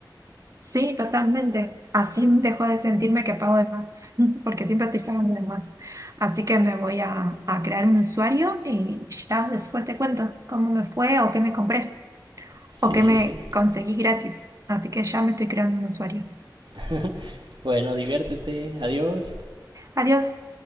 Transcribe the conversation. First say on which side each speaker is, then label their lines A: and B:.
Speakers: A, on the right; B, on the right.
A: Sí, totalmente. Así dejo de sentirme que pago de más, <laughs> porque siempre estoy pagando de más. Así que me voy a, a crear un usuario y ya después te cuento cómo me fue o qué me compré
B: Sí,
A: o qué
B: sí,
A: me
B: sí.
A: conseguí gratis. Así que ya me estoy creando un usuario.
B: <laughs> Bueno, diviértete. Adiós.
A: Adiós.